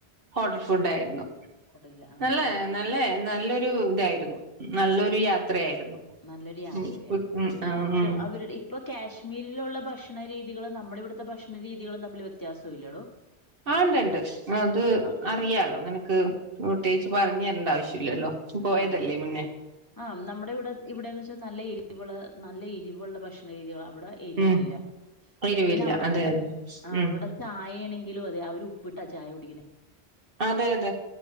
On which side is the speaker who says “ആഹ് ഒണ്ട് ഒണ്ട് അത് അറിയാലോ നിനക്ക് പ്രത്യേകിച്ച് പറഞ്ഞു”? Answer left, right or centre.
Right